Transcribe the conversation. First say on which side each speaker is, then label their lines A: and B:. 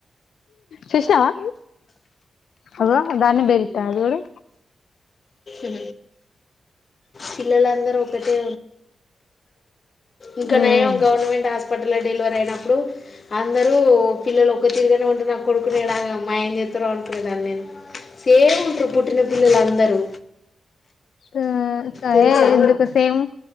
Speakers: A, on the left (about 80°); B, on the left (about 55°).
A: చూసినావా అగో దాన్ని బెర్రిత్త చుడు
B: ఉహు. పిల్లలందరూ ఒకటే ఇంకా
A: ఉమ్
B: నయం గవర్నమెంట్ హాస్పిటల్ డెలివరీ అయినప్పుడు, అందరూ పిల్లలు ఒక్క తిరుగానే ఉంటే నాకు కొడుకుని ఏడ మాయం చేత్తరొ అనుకునేదాన్ నేను సేమ్ ఇంటరు పుట్టిన పిల్లలందరూ
A: ఆ కాఎ
B: తెలుసా
A: ఎందుకు సేమ్